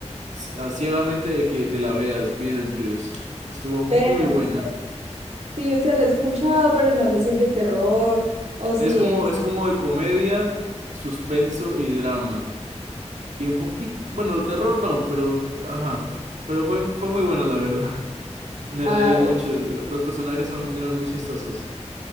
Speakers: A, on the right; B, on the right.
A: c- ciegamente de que te la veas, Beetlejuice, estuvo muy
B: Teme,
A: buena,
B: pues, tal. Sí, o sea, lo he escuchado, pero no sé si es de terror o si
A: es como,
B: es...
A: es como de comedia, suspenso y drama, y un poquito, bueno, terror no, pero, ajá, pero fue, fue muy buena la verdad, <laughs> me
B: ah,
A: reí mucho, los personajes son, eran muy chistosos,